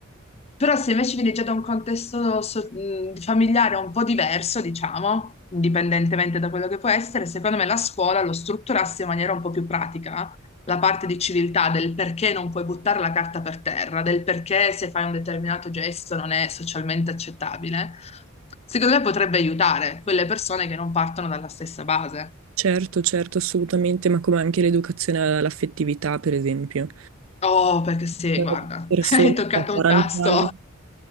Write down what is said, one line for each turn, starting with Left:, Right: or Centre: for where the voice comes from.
Left: però se invece viene già da un contesto so- mh, familiare un po' diverso, diciamo, indipendentemente da quello che può essere, secondo me la scuola lo strutturasse in maniera un po' più pratica, la parte di civiltà, del perché non puoi buttare la carta per terra, del perché se fai un determinato gesto non è socialmente accettabile, secondo me potrebbe aiutare quelle persone che non partono dalla stessa base.
Right: Certo, certo, assolutamente, ma come anche l'educazione all'affettività, per esempio.
Left: Oh, perché sì,
Right: Ci
Left: guarda,
Right: sono persone
Left: <laughs> hai toccato
Right: che a 40
Left: un tasto.
Right: anni,